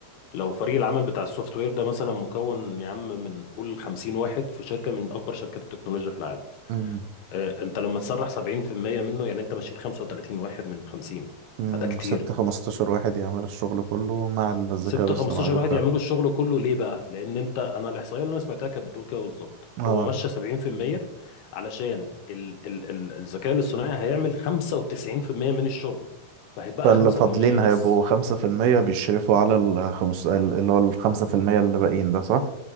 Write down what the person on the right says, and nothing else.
مم.
مم.
سبت 15 واحد يعمل الشغل كله مع الذكاء
الاصطناعي
بالفعل
اه
فاللي
فاضلين
هيبقوا خمسة في المية بيشرفوا على الخمس اللي هو الخمسة في المية اللي باقيين ده صح؟